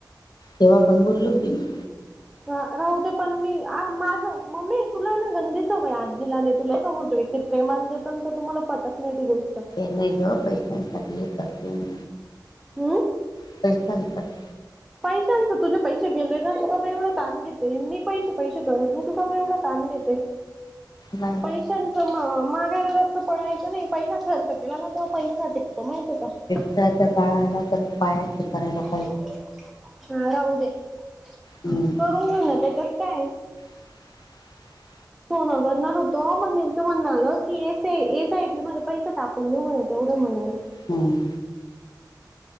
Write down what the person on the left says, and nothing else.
तेव्हा पण बोलली होती मी.
नाही ग, पैशांसाठी जीव टाकतेय मी.
<unintelligible>
नाही.
ता त्या बाळाला आता पायातले करायला लागत
हम्म
<inaudible>
हम्म